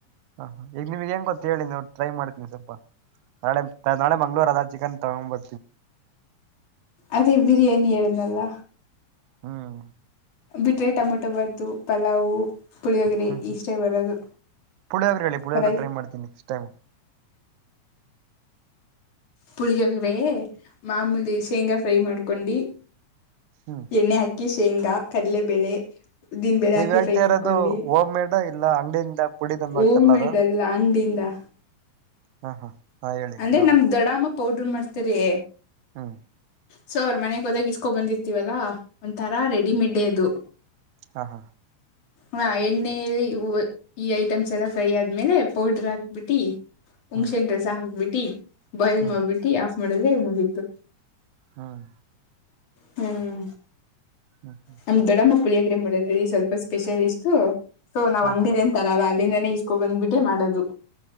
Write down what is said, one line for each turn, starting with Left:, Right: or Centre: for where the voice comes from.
Right: ಹ ಈಗ ನಿಮಗ್ ಗೊತ್ತ ಹೇಳಿ ನೋ ಟ್ರೈ ಮಾಡ್ತೀನಿ ಸ್ವಲ್ಪ ನಾಳೆ ನಾಳೆ ಮಂಗ್ಳೂರು ಅದ ಚಿಕನ್ ತಾಂಬ
Left: ಅದೇ ಬಿರಿಯಾನಿ ಹೇಳದಾನಲ
Right: ಹ್ಮ್
Left: ಬಿಟರೆ ಟೊಮೊಟೊ ಬಾತು ಪಲಾವು ಪುಳಿಯೋಗ್ರಿ
Right: ಹ್ಮ್ ಹ್ಮ್
Left: ಈಷ್ಟೈ ಬರದು
Right: ಪುಳಿಯೋಗ್ರೆ ಹೇಳಿ ಪುಳಿಯೋಗ್ರೆ
Left: ಹರ
Right: ಟ್ರೈ ಮಾಡ್ತೀನಿ ನೆಕ್ಸ್ಟ್ ಟೈಮ್
Left: ಪುಳಿಯೋಗರೆ ಮಾಮೂಲಿ ಶೇಂಗಾ ಫ್ರೈ ಮಾಡ್ಕೊಂಡಿ.
Right: ಹ್ಮ್
Left: ಎಣ್ಣೆ ಹಾಕಿ ಶೇಂಗಾ ಕಡಲೆಬೇಳೆ. ಉದ್ದಿನ ಬೇಳೆ
Right: ನೀವ್
Left: ಹಾಕಿ
Right: ಹೇಳ್ತಾ
Left: ಫ್ರೈ ಮಾಡ್ಕೊಂಡಿ
Right: ಇರೋದು ಹೋಮ್ ಮೇಡ್ ಇಲ್ಲ ಅಂಗಡಿಯಿಂದ ಪುಡಿ ತಂದು ಹಾಕ್ತಾರಲ್ಲ
Left: ಓಮೆಡ್
Right: ಅದು
Left: ಅಲ್ಲಾ ಅಂಗಡಿಯಿಂದಾ.
Right: ಹಾ ಹಾ. ಹಾ ಹೇಳಿ
Left: ಅಂದ್ರೆ
Right: ಇವಾಗ
Left: ನಮ್ ದೊಡಮ್ಮ ಪೌಡ್ರ ಮಾಡ್ತಾರೆ.
Right: <inaudible>
Left: ಸೊ ಅವ್ರ ಮನೆಗ್ ಹೋದಾಗ ಇಸ್ಕೊ ಬಂದಿರ್ತೀವಲ್ಲಾ ಒಂಥರಾ ರೆಡಿಮೆಡೇ ಅದು.
Right: ಹಾ ಹಾ.
Left: ಹಾ ಎಣ್ಣೆಯಲ್ಲಿ ಈ ಐಟಮ್ಸ್ ಎಲ್ಲ ಫ್ರೈ ಆದ್ಮೇಲೆ ಪೌಡ್ರ ಹಾಕ್ಬಿಟ್ಟಿ.
Right: ಹ್ಮ್
Left: ಉಂಗಸೆಹಣ್ಣ ರಸಾ ಹಾಕ್ಬಿಟ್ಟಿ ಬಯಲ್
Right: ಹ್ಮ್
Left: ಮಾಡ್ಬಿಟ್ಟಿ ಆಫ್ ಮಾಡದ್ರೆ ಮುಗಿತು.
Right: ಹ್ಮ್
Left: ಹ್ಮ್
Right: ಹ್ಮ್ ಹ್ಮ್
Left: ನಮ್ ದಡ ಮ. ಪುಳಿಯೋಗರೆ ಮಾಡೋದ್ರಲ್ಲಿ ಸ್ವಲ್ಪ ಸ್ಪೆಷಲಿಸ್ಟು ಸೊ ನಾವ್
Right: ಹಾ
Left: ಅಂಗಡಿದ
Right: ಹಾ
Left: ಏನ್ ತರಲ್ಲಾ. ಅಲ್ಲಿಂದನೇ ಇಸ್ಕೊ ಬಂದ್ಬಿಟ್ಟೆ ಮಾಡೋದು.